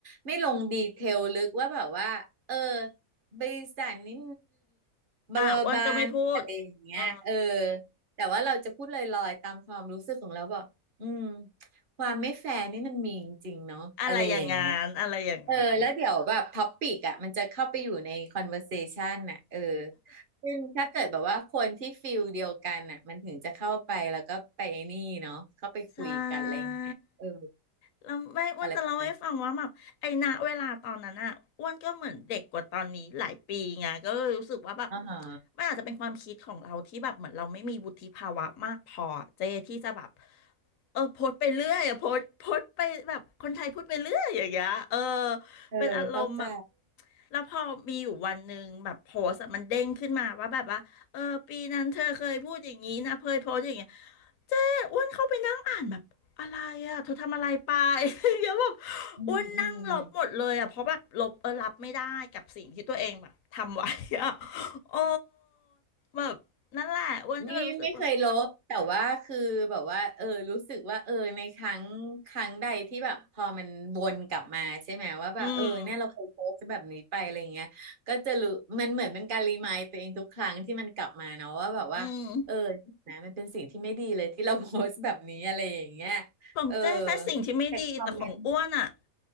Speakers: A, on the right; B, on the left.
A: ไม่ลงดีเทลลึกว่าแบบว่าเออบริษัทนี้บาบาบานอะไรอย่างเงี้ยเออ
B: อ่ะอ้วนก็ไม่พูดเออ
A: แต่ว่าเราจะพูดลอยๆตามความรู้สึกของเราบอกอืมความไม่แฟร์นี่มันมีจริงๆเนาะอะไรอย่างเงี้ย
B: อะไรอย่างงานอะไรอย่างงาน
A: เออแล้วเดี๋ยวแบบท็อปิกอ่ะมันจะเข้าไปอยู่ใน conversation น่ะเออซึ่งถ้าเกิดแบบว่าคนที่ฟิลเดียวกันน่ะมันถึงจะเข้าไปแล้วก็ไปนี่เนาะเข้าไปคุยกันอะไรอย่างเงี้ยเออ
B: ใช่แล้วแม่อ้วนจะเล่าให้ฟังว่าแบบไอ้ณเวลาตอนนั้นอ่ะอ้วนก็เหมือนเด็กกว่าตอนนี้หลายปีไงก็เลยรู้สึกว่าแบบ
A: อะไรประมาณนี้อ๋อฮะ
B: มันอาจจะเป็นความคิดของเราที่แบบเหมือนเราไม่มีวุฒิภาวะมากพอเจที่จะแบบเออโพสต์ไปเรื่อยอะโพสต์โพสต์ไปแบบคนไทยพูดไปเรื่อยอย่างเงี้ยเออ
A: เออเข้าใจ
B: เป็นอารมณ์แบบแล้วพอมีอยู่วันหนึ่งแบบโพสต์อะมันเด้งขึ้นมาว่าแบบว่าเออปีนั้นเธอเคยพูดอย่างนี้นะเคยโพสต์อย่างเงี้ย เจ๊อ้วนเข้าไปนั่งอ่านแบบอะไรอ่ะเธอทำอะไรไป <laughs> เดี๋ยวแบบ
A: อืมอืม
B: อ้วนนั่งลบหมดเลยอ่ะเพราะแบบลบเออรับไม่ได้กับสิ่งที่ตัวเองแบบทำไว้อ่ะ <laughs> โอ้แบบนั่นแหละอ้วนก็เลยรู้สึกว่า
A: ไม่ไม่เคยลบแต่ว่าคือแบบว่าเออรู้สึกว่าเออในครั้งครั้งใดที่แบบพอมันวนกลับมาใช่ไหมว่าแบบเออเนี่ยเราเคยโพสต์แบบนี้ไปอะไรเงี้ยก็จะรู้มันเหมือนเป็นการรีมายตัวเองทุกครั้งที่มันกลับมาเนาะว่าแบบว่าเออ
B: อืมอืม
A: นะมันเป็นสิ่งที่ไม่ดีเลยที่เราโพสต์แบบนี้อะไรอย่างเงี้ย
B: ของเจ๊แค่สิ่งที่ไม่ดีแต่ของอ้วนอ่ะ
A: เออแต่คอมเมนต์